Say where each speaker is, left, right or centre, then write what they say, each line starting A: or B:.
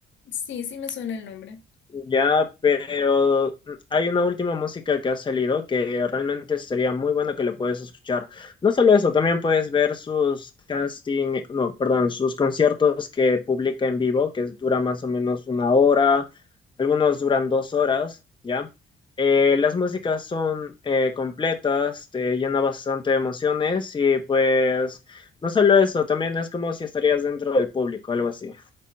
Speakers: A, on the left; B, on the left.
A: Sí, sí me suena el nombre.
B: Ya, pero mm, hay una última música que ha salido que realmente estaría muy buena que la puedes escuchar. No solo eso, también puedes ver sus casting, eh, no, perdón, sus conciertos que publica en vivo, que dura más o menos una hora, algunos duran dos horas, ¿ya? Eh, las músicas son eh, completas, te llena bastante de emociones y pues no solo eso, también es como si estarías dentro del público, algo así.